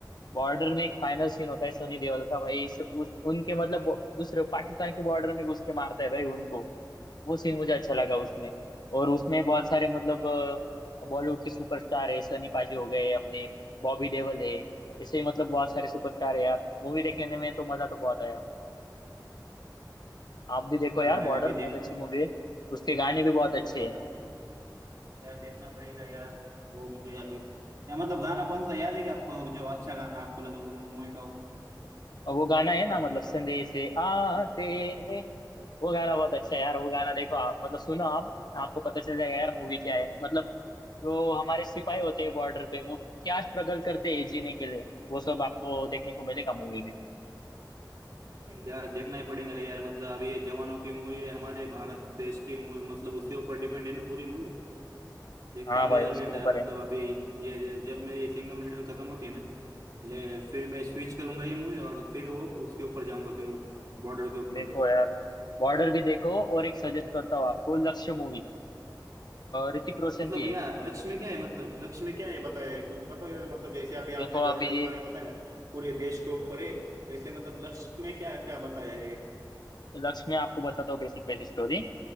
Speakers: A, on the left; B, on the right.
A: बॉर्डर में एक फाइनल सीन होता है सनी देओल का भाई इस, उस, उनके मतलब बो- दूसरे पाकिस्तान के बॉर्डर में घुस के मारता है भाई उनको वो सीन मुझे अच्छा लगा उसमें और उसमें बहुत सारे मतलब अ, बॉलीवुड के सुपरस्टार है सनी पाजी हो गए अपने बॉबी देओल है ऐसे मतलब बहुत सारे सुपरस्टार है यार मूवी देखने में तो मजा तो बहुत आया आप भी देखो यार
B: यार
A: बॉर्डर
B: अभी
A: बहुत
B: देखनी
A: अच्छी मूवी है उसके गाने भी बहुत
B: यार
A: अच्छे
B: देखना
A: हैं
B: यार देखना पड़ेगा यार वो मूवी अभी या मतलब गाना कौन सा याद है क्या आपको जो अच्छा गाना आपको लगा वो तो मूवी का
A: और वो गाना है ना मतलब संदेश से आते हैं वो गाना बहुत अच्छा है यार वो गाना देखो आप मतलब सुनो आप आपको पता चल जाएगा यार मूवी क्या है मतलब जो हमारे सिपाही होते हैं बॉर्डर पे वो क्या स्ट्रगल करते हैं जीने के लिए वो सब आपको देखने को मिलेगा मूवी में
B: यार देखना ही पड़ेगा यार मतलब अभी ये जवानों की मूवी है हमारे भारत देश की मूवी मतलब उसके ऊपर डिपेंड है ना पूरी मूवी देखता
A: हाँ
B: भी
A: भाई
B: यार
A: उसके
B: मेरा
A: ऊपर
B: मतलब
A: है
B: अभी ये ये- जब मेरी सिंघम रिटर्न खत्म होती है ना ले फिर मैं स्विच करूंगा ये मूवी और फिर वो उसके ऊपर जाऊंगा फिर वो बॉर्डर के ऊपर
A: देखो यार बॉर्डर भी देखो और एक सजेस्ट करता हूँ आपको लक्ष्य मूवी ऋतिक रोशन
B: मतलब
A: की
B: भैया
A: है
B: लक्ष्य में क्या है मतलब लक्ष्य में क्या है बताया है कुछ बताओ यार मतलब जैसे अभी आपने
A: देखो
B: बॉर्डर
A: अभी
B: के बारे में बताया ना पूरे देश के ऊपर है वैसे मतलब लक्ष्य में क्या क्या बताया है
A: लक्ष्य में आपको बताता हूँ बेसिक बेसिक स्टोरी